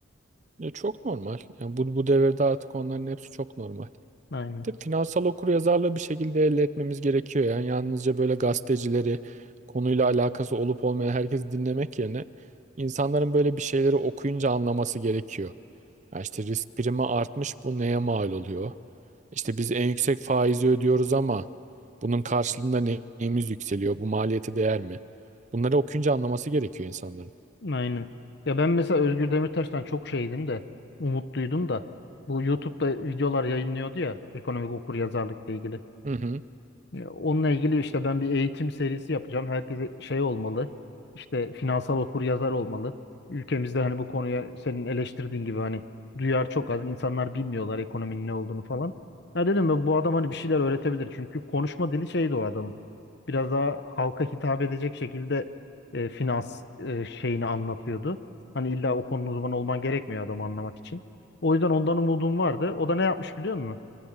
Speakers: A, on the right; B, on the left.
A: E, çok normal. Yani bu, bu devirde artık onların hepsi çok normal.
B: Aynen.
A: de finansal okuryazarlığı bir şekilde elde etmemiz gerekiyor. Yani yalnızca böyle gazetecileri konuyla alakası olup olmayan herkesi dinlemek yerine insanların böyle bir şeyleri okuyunca anlaması gerekiyor. Ya işte risk primi artmış bu neye mal oluyor? İşte biz en yüksek faizi ödüyoruz ama bunun karşılığında neyimiz yükseliyor? Bu maliyete değer mi? Bunları okuyunca anlaması gerekiyor insanların.
B: Aynen. Ya ben mesela Özgür Demirtaş'tan çok şeydim de umutluydum da bu YouTube'da videolar yayınlıyordu ya ekonomik okuryazarlıkla ilgili.
A: Hı hı.
B: Ya Onunla ilgili işte ben bir eğitim serisi yapacağım. Herkese şey olmalı. İşte finansal okuryazar olmalı. Ülkemizde hani bu konuya senin eleştirdiğin gibi hani duyar çok az. insanlar bilmiyorlar ekonominin ne olduğunu falan. Ya dedim ben bu adam hani bir şeyler öğretebilir. Çünkü konuşma dili şeydi o adamın. Biraz daha halka hitap edecek şekilde e, finans e, şeyini anlatıyordu. Hani illa o konunun uzmanı olman gerekmiyor adam anlamak için. O yüzden ondan umudum vardı. O da ne yapmış biliyor musun?